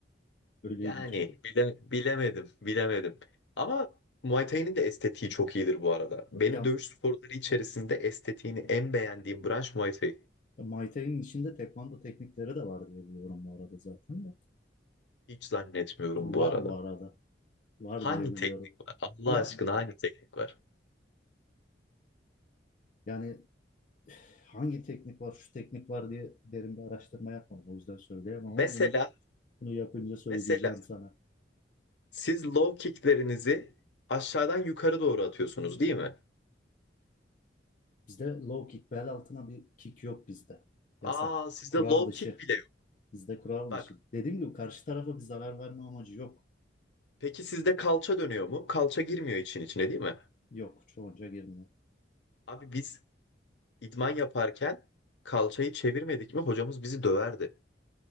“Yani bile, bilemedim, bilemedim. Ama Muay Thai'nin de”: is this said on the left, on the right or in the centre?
Left